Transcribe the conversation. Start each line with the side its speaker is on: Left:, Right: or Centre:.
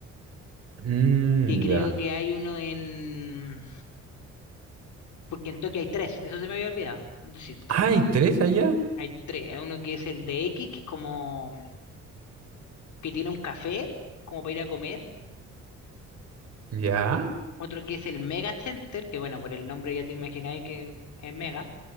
Right: Mm,
Left: que creo
Right: ya.
Left: que hay uno en, porque en Tokio hay tres, eso se me había olvidado, es decir,
Right: ¡Ay, tres allá!
Left: hay tres, hay uno que es el de X, que es como, que tiene un café, como para ir a comer,
Right: ¿Ya?
Left: otro que es el Mega Center, que bueno, por el nombre ya te imagináis que es Mega,